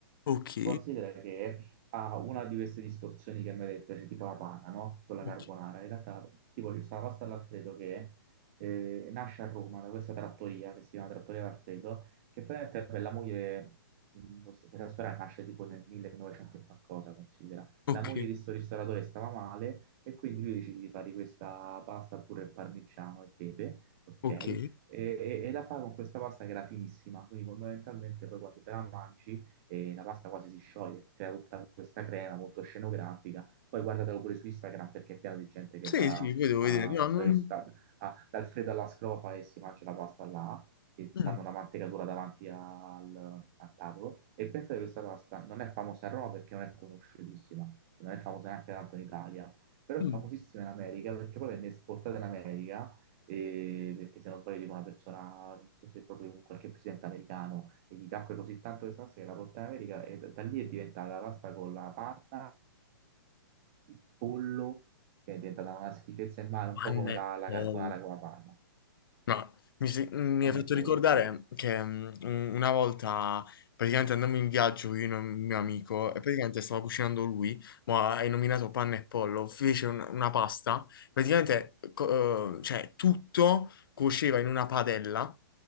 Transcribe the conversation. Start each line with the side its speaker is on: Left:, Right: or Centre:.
Left: Ok,
Right: Considera che ha una di queste distorsioni che mi hai detto, cioè tipo la panna, no? Sulla
Left: ok,
Right: carbonara. In realtà, tipo, ci sta la pasta all'alfredo che eh, nasce a Roma da questa trattoria che si chiama Trattoria d'Alfredo, che praticamente per la moglie, in questo- questa storia nasce tipo nel 1900 e qualcosa,
Left: ok,
Right: la moglie di sto ristoratore stava male e quindi lui decide di fare questa pasta pure al parmigiano e pepe, ok?
Left: ok.
Right: E, e- e la fa con questa pasta che era finissima, quindi fondamentalmente poi quando te la mangi eh, la pasta quasi si scioglie, crea tutta questa crema molto scenografica. Poi guardatelo pure su Instagram perché è pieno di gente che
Left: Sì,
Right: va
Left: sì, poi devo
Right: a
Left: vedere, no,
Right: questo
Left: non...
Right: ristorante, a- dal freddo alla scrofa e si mangia la pasta là, che ti
Left: mm,
Right: fanno la mantecatura davanti al, al tavolo. E pensa che questa pasta non è famosa a Roma perché non è conosciutissima, non è famosa neanche tanto in Italia, però
Left: mm.
Right: è famosissima in America perché poi venne esportata in America. eh, perché se non sbaglio tipo una persona, non so se è proprio un qualche presidente americano, e gli piacque così tanto questa pasta che la portò in America e da, da lì è diventata la pasta con la panna, il pollo, che è diventata una schifezza in mano,
Left: Panna
Right: un po' come la,
Left: e
Right: la
Left: pollo.
Right: carbonara con la panna.
Left: No, mi, si- mi
Right: Panna
Left: hai fatto
Right: e pollo,
Left: ricordare
Right: sì.
Left: che mm, un- una volta praticamente andammo in viaggio io e un mio amico e praticamente stava cucinando lui, ma hai nominato panna e pollo, fece un- una pasta, praticamente co- eh, cioè, tutto cuoceva in una padella